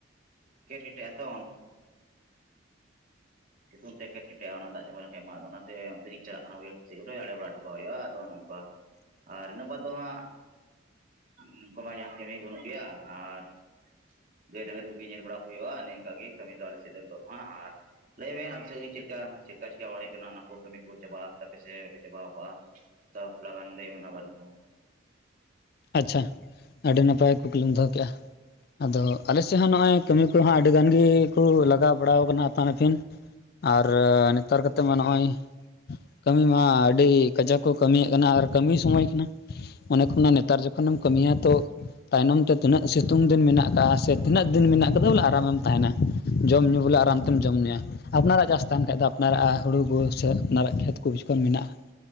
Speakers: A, on the right; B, on the left.
A: ᱠᱮᱴ ᱠᱮᱴᱮ ᱟᱛᱚ ᱥᱤᱛᱩᱝ ᱛᱮ ᱠᱮᱴ ᱠᱮᱴᱮᱟ ᱚᱱᱟ ᱫᱟ ᱪᱟᱵᱟ ᱞᱮᱝᱠᱷᱟᱡ ᱢᱟ ᱱᱟᱛᱮ ᱛᱟᱹᱨᱠ ᱪᱟᱞᱟᱜ ᱠᱟᱱᱟ <unintelligible> ᱟᱲᱮ ᱵᱟᱲᱟ ᱦᱚᱴᱚ ᱠᱟᱜ ᱦᱩᱭᱩᱜᱼᱟ ᱟᱫᱚ ᱚᱱᱮ ᱚᱝᱠᱟ ᱟᱨ ᱤᱱᱟᱹᱜ ᱵᱟᱫᱽ ᱫᱚ ᱦᱟᱸᱜ ᱱᱚᱝᱠᱩ ᱢᱟ ᱡᱟᱦᱟᱱ ᱠᱟᱹᱢᱤ ᱵᱟᱹᱱᱩᱜ ᱜᱮᱭᱟ ᱟᱨ ᱜᱟᱹᱭ ᱰᱟᱝᱨᱤ ᱠᱚᱜᱮ ᱧᱮᱞ ᱵᱟᱲᱟ ᱠᱚ ᱦᱩᱭᱩᱜᱼᱟ ᱮᱱᱮᱡ ᱮᱝᱠᱟ ᱜᱮ ᱠᱟᱹᱢᱤ ᱫᱚ ᱟᱞᱮ ᱥᱮᱡ ᱫᱚ ᱱᱤᱛᱚᱜ ᱫᱚ ᱦᱟᱸᱜ ᱟᱨ ᱞᱟᱹᱭᱮ ᱟᱢ ᱥᱮᱫ ᱜᱤ ᱪᱮᱫ ᱞᱮᱠᱟ ᱪᱮᱫᱠᱟ ᱪᱤᱠᱟ ᱵᱟᱲᱟᱭ ᱦᱩᱭᱩᱜ ᱠᱟᱱᱟ ᱚᱱᱟ ᱠᱚ ᱠᱟᱹᱢᱤ ᱠᱚ ᱪᱟᱵᱟ ᱠᱮᱷᱟᱫ ᱯᱮᱥᱮ ᱯᱮ ᱪᱟᱵᱟᱟᱣ ᱠᱚᱜᱼᱟ ᱛᱷ ᱛᱷᱚᱲᱟ ᱜᱟᱱ ᱞᱟᱹᱭ ᱢᱮ ᱵᱟᱨᱮ ᱛᱮᱦᱚᱸ
B: ᱟᱪᱪᱷᱟ ᱟᱹᱰᱤ ᱱᱟᱯᱟᱭ ᱠᱩᱠᱞᱤᱢ ᱫᱚᱦᱚ ᱠᱮᱫᱼᱟ ᱟᱫᱚ ᱟᱞᱮᱥᱮᱫ ᱦᱚᱸ ᱱᱚᱜ ᱚᱭ ᱠᱟᱹᱢᱤ ᱠᱚ ᱦᱟᱸᱜ ᱟᱹᱰᱤ ᱜᱟᱱ ᱜᱤ ᱠᱩ ᱞᱟᱜᱟᱣ ᱵᱟᱲᱟᱣ ᱠᱟᱱᱟ ᱟᱯᱟᱱ ᱟᱹᱯᱤᱱ ᱟᱨ ᱱᱮᱛᱟᱨ ᱠᱟᱛᱮᱢᱟ ᱱᱚᱜᱼᱚᱭ ᱠᱟᱹᱢᱤ ᱢᱟ ᱟᱹᱰᱤ ᱠᱟᱡᱟᱠ ᱠᱚ ᱠᱟᱹᱢᱤᱭᱮᱫ ᱠᱟᱱᱟ ᱟᱨ ᱠᱟᱹᱢᱤ ᱥᱚᱢᱚᱭ ᱠᱟᱱᱟ ᱚᱱᱮ ᱠᱚ ᱱᱮᱛᱟᱨ ᱠᱷᱚᱱᱮᱢ ᱠᱟᱹᱢᱤᱭᱟ ᱛᱚ ᱛᱟᱭᱱᱚᱢ ᱛᱮ ᱛᱤᱱᱟᱹᱜ ᱥᱤᱛᱩᱝ ᱫᱤᱱ ᱢᱮᱱᱟᱜ ᱟᱠᱟᱜ-ᱟ ᱥᱮ ᱛᱤᱱᱟᱹᱜ ᱫᱤᱱ ᱢᱮᱱᱟᱜ ᱟᱠᱟᱫᱟ ᱵᱚᱞᱮ ᱟᱨᱟᱢᱮᱢ ᱛᱟᱦᱮᱱᱟ ᱡᱚᱢ ᱧᱩ ᱵᱚᱞᱮ ᱟᱨᱟᱢ ᱛᱮᱢ ᱡᱚᱢ ᱧᱩᱭᱟ ᱟᱯᱱᱟᱨᱟᱜ ᱪᱟᱥ ᱛᱟᱦᱮᱱ ᱠᱷᱟᱱ ᱫᱚ ᱚᱱᱟᱨᱟᱜ ᱦᱩᱲᱩ <unintelligible> ᱥᱮ ᱟᱯᱟᱱᱟᱨᱟᱜ ᱠᱷᱮᱛ ᱠᱚ ᱠᱤᱪᱷᱩᱜᱟᱱ ᱢᱮᱱᱟᱜᱼᱟ